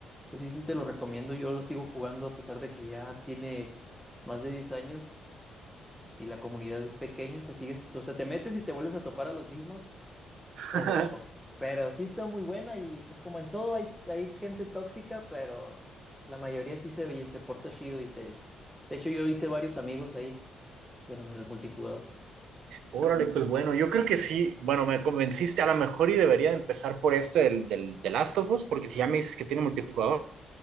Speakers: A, in the centre; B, on the right (about 70°).
A: O sea, sí, sí te lo recomiendo. Yo lo sigo jugando a pesar de que ya tiene más de 10 años y la comunidad es pequeña. Te sigues, o sea, te metes y te vuelves a topar a los mismos
B: <laughs>
A: pero, pero sí está muy buena y pues como en todo hay, hay gente tóxica, pero la mayoría sí se, se porta chido y te... De hecho, yo hice varios amigos ahí en el multijugador.
B: Órale, pues bueno, yo creo que sí. Bueno, me convenciste a lo mejor y debería empezar por este del, del, del Last of Us, porque si ya me dices que tiene multijugador,